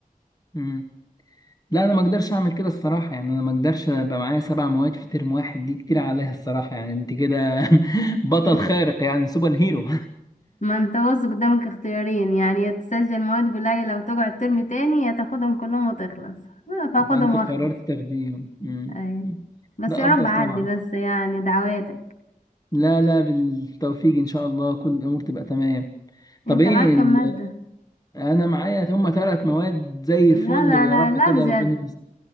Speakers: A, on the left (about 25°); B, on the left (about 55°).
A: امم لا انا ما اقدرش اعمل كده الصراحه يعني انا ما اقدرش ابقى معايا سبع مواد في ترم واحد دي كتير عليها الصراحه يعني انت كده <laughs> بطل
B: <laughs>
A: خارق يعني سوبر هيرو
B: ما انت واثق قدامك اختيارين يعني يا تسجل مواد قليلة لو تقعد ترم تاني يا تاخدهم كلهم وتخلص آه، فاخدهم
A: <laughs> فانت
B: واخلص
A: قررت تاخديهم امم
B: أي. بس
A: ده
B: يا
A: افضل
B: رب عدي
A: طبعا
B: بس يعني دعواتك
A: لا لا بالتوفيق ان شاء الله كل الامور تبقى تمام طب
B: انت
A: ايه
B: معاك
A: ال...
B: كام مادة
A: انا معايا هما ثلاث مواد زي
B: لا
A: الفل
B: لا
A: ويا
B: لا
A: رب
B: لا
A: كده
B: بجد
A: ربنا يستر